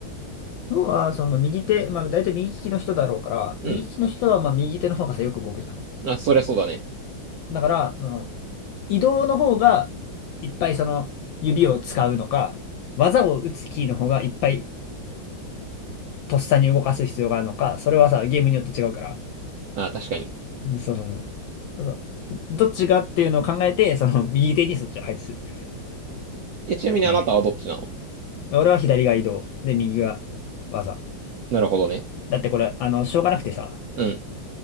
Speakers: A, on the left (about 75°); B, on the right (about 75°).
A: 要は、その右手、まあ大体右利きの人だろうから、
B: うん。
A: 右利きの人はまあ右手の方がさ、よく動くじゃん。
B: あ、そりゃそうだね。
A: だから、その、移動の方がいっぱいその指を使うのか、技を打つキーの方がいっぱいとっさに動かす必要があるのか、それはさ、ゲームによって違うから。
B: あ、確かに。
A: うんそうそうそう。そう。どっちがっていうのを考えて、その右手にそっちを配置する。
B: え、ちなみにあなたはどっちなの
A: ね。俺は左が移動。で、右が技。
B: なるほどね。
A: だってこれ、あの、しょうがなくてさ、
B: うん。